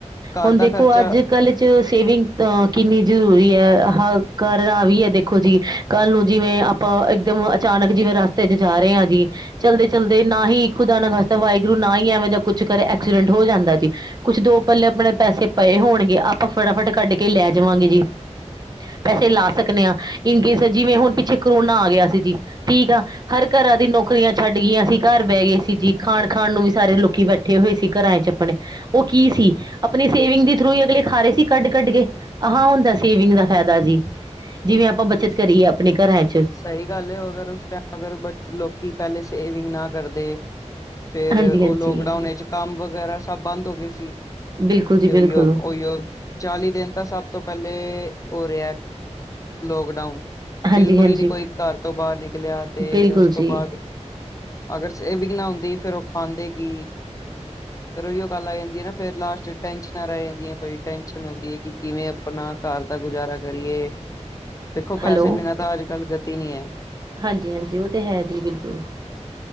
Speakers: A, on the left; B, on the right.
A: ਘਰ
B: ਹੁਣ ਦੇਖੋ
A: ਦਾ ਖਰਚਾ
B: ਅੱਜ-ਕੱਲ ਚਲੋ ਸੇਵਿੰਗ ਤਾ ਕਿੰਨੀ ਜ਼ਰੂਰੀ ਐ ਆਹਾ ਕਾਰਨ ਆਹ ਵੀ ਐ ਦੇਖੋ ਜੀ। ਕੱਲ੍ਹ ਨੂੰ ਜਿਵੇਂ ਆਪਾਂ ਇੱਕਦਮ ਅਚਾਨਕ ਜਿਵੇਂ ਰਸਤੇ ਚ ਜਾ ਰਹੇ ਆ ਜੀ। ਚਲਦੇ-ਚਲਦੇ ਨਾ ਹੀ ਇੱਕ ਖੁਦਾ ਨਾ ਖਸਦਾ ਵਾਹਿਗੁਰੂ ਨਾ ਹੀ ਐਵੇਂ ਜਾਂ ਕੁੱਛ ਕਰੇ ਐਕਸੀਡੈਂਟ ਹੋ ਜਾਂਦਾ ਜੀ ਕੁਛ ਦੋ ਪੱਲੇ ਆਪਣੇ ਪੈਸੇ ਪਏ ਹੋਣਗੇ ਆਪਾਂ ਫਟਾਫਟ ਕੱਢ ਕੇ ਲੈ ਜਾਵਾਂਗੇ ਜੀ। ਪੈਸੇ ਲਾ ਸਕਦੇ ਆ, ਇਨਕੇਸ ਜਿਵੇਂ ਹੁਣ ਪਿੱਛੇ ਕਰੋਨਾ ਆ ਗਿਆ ਸੀ ਜੀ, ਠੀਕ ਆ ਹਰ ਘਰਾਂ ਦੀ ਨੌਕਰੀਆਂ ਛੱਡ ਗਈਆਂ ਸੀ, ਘਰ ਬਹਿ ਗਏ ਸੀ ਜੀ। ਖਾਣ -ਖਾਣ ਸਾਰੇ ਲੋਕੀ ਬੈਠੇ ਹੋਏ ਸੀ। ਘਰਾਂ ਚ ਆਪਣੇ ਉਹ ਕੀ ਸੀ, ਆਪਣੀ ਸੇਵਿੰਗ ਦੇ ਥਰੂ ਹੀ ਅਗਲੇ ਖਾ ਰਹੇ ਸੀ ਕੱਢ -ਕੱਢ ਕੇ। ਅਹਾਂ ਹੁੰਦਾ ਸੇਵਿੰਗ ਦਾ ਫਾਇਦਾ ਜੀ, ਜਿਵੇਂ ਆਪਾਂ ਬੱਚਤ
A: ਜੀ
B: ਕਰੀਏ ਆਪਣੇ ਘਰਾਂ ਚ।
A: ਸਹੀ ਗੱਲ ਓ ਅਗਰ ਉਸ ਟੈਮ ਅਗਰ ਲੋਕੀ ਪਹਿਲੇ ਸੇਵਿੰਗ ਨਾ ਕਰਦੇ ਫੇਰ
B: ਹਾਂਜੀ
A: ਉਹ
B: ਹਾਂਜੀ
A: ਲੋਕਡਾਊਨ ਵਿੱਚ ਕੰਮ ਵਗੈਰਾ ਸਭ ਬੰਦ ਹੋ ਗਏ ਸੀ।
B: ਬਿਲਕੁਲ ਜੀ
A: ਤੇ
B: ਬਿਲਕੁਲ
A: ਉਹੀਓ- ਉਹੀਓ ਚਾਲੀ ਦਿਨ ਤਾਂ ਸਭ ਤੋਂ ਪਹਿਲੇ ਓ ਰਿਹਾ ਲੋਕਡਾਊਨ, ਬਿਲਕੁਲ
B: ਹਾਂਜੀ ਹਾਂਜੀ
A: ਹੀ ਨੀ ਕੋਈ ਤੋਂ ਬਾਹਰ ਨਿਕਲਿਆ ਤੇ
B: ਬਿਲਕੁਲ
A: ਤੋਂ
B: ਜੀ
A: ਬਾਅਦ ਅਗਰ ਸੇਵਿੰਗ ਨਾ ਹੁੰਦੀ ਫਿਰ ਉਹ ਖਾਂਦੇ ਕੀ? ਫਿਰ ਉਹੀਓ ਗੱਲ ਆ ਜਾਂਦੀ ਹੈ ਨਾ ਫੇਰ ਲਾਸਟ ਟੈਂਨਸਨਾਂ ਰਹਿ ਜਾਂਦੀ ਹੈ ਬਈ ਟੈਨਸ਼ਨ ਹੁੰਦੀ ਹੈ ਕਿ ਕਿਵੇਂ ਆਪਣਾ ਘਰ ਦਾ ਗੁਜ਼ਾਰਾ ਕਰੀਏ, ਦੇਖੋ ਪੈਸੇ
B: ਹੈਲੋ
A: ਬਿਨਾਂ ਤਾਂ ਅੱਜ- ਕੱਲ੍ਹ ਗਤੀ ਨਹੀਂ ਹੈ।
B: ਹਾਂਜੀ- ਹਾਂਜੀ ਉਹ ਤੇ ਹੈ ਜੀ ਬਿਲਕੁਲ।